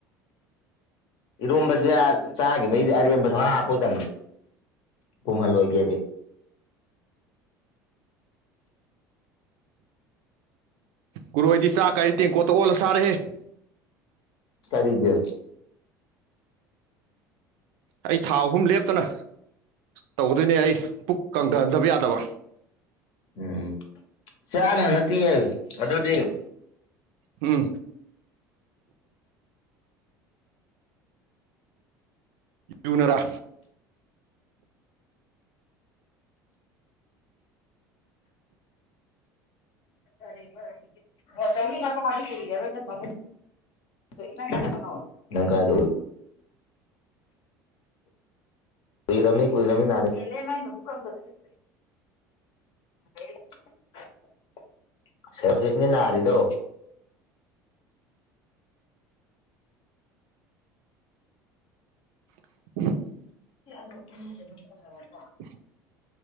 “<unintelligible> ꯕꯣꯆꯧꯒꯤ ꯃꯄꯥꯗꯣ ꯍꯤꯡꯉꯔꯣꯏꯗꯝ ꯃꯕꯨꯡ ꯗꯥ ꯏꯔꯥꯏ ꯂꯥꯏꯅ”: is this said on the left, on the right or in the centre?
Left